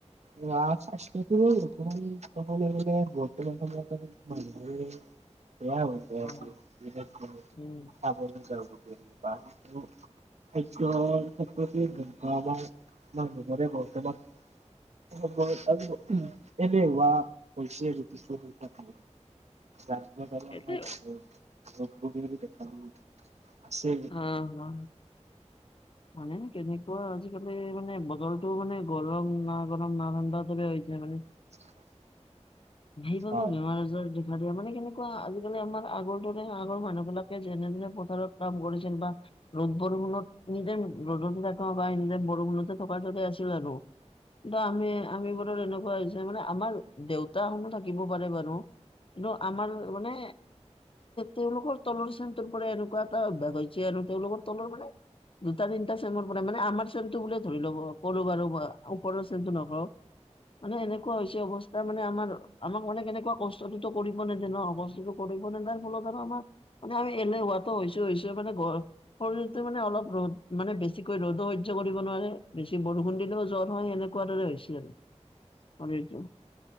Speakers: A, on the right; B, on the left.
A: ধৰা স্বাস্থ্যটো বৰ্তমান <unintelligible> বেয়া হৈ যায়
B: হয়,
A: আছে দিনক
B: উম
A: দিনে <unintelligible> খাদ্যৰ ক্ষেত্ৰতে হওক বা আমাৰ মানুহবোৰে বৰ্তমান <unintelligible> এলেহুৱা হৈছে আৰু কিছু সংখ্যক মানুহবোৰে।
B: একে
A: <unintelligible> আছে
B: অঁ হুম। মানে নে কেনেকুৱা আজিকালি মানে বতৰটো মানে গৰম না গৰম না ঠাণ্ডা দৰে হৈছে মানে।
A: <unintelligible>
B: সেইবাবে
A: হয়
B: বেমাৰ আজাৰ ধেৰ, মানে মানে কেনেকুৱা আজিকালি আমাৰ আগৰ দৰে আগৰ মানুহ বিলাকে যেনে দৰে পথাৰত, কাম কৰিছিল বা ৰ'দ বৰষুণত এনিটাইম ৰ'দতে থকা বা এনি টাইম বৰষুণতে থকা দৰে আছিল আৰু, বা আমি আমি বোৰৰ এনেকুৱা হৈছে মানে আমাৰ দেউতা হতে থাকিব পাৰে বাৰু, কিন্তু আমাৰ মানে তেওঁলোকৰ তলৰ চামটোৰ পৰা এনেকুৱা, এ বেয়ানো তেওঁলোকৰ তলৰ মানে দুটা তিনিটা চেমৰ পৰা মানে আমাৰ চেমটো বুলিয়ে ধৰি লব কৰো বাৰু ওপৰৰ চেমটো নকৰোঁ মানে এনেকুৱা হৈছে অৱস্থা মানে আমাৰ আমাক মানে কেনেকুৱা কষ্টটোতো কৰিব নেজানো অৱস্থাটো। কৰিব তাৰ ফলত আৰু আমাৰ মানে আমি এলেহুৱাতো হৈছো হৈছো মানে ঘৰৰ শৰীৰটো মানে অলপ ৰ'দ মানে বেছিকৈ ৰ'দো সহ্য কৰিব নোৱাৰে বেছি বৰষুণ দিলেও জ্বৰ হয় সেনেকুৱা কোৱাৰ দৰে হৈছিল শৰীৰটো।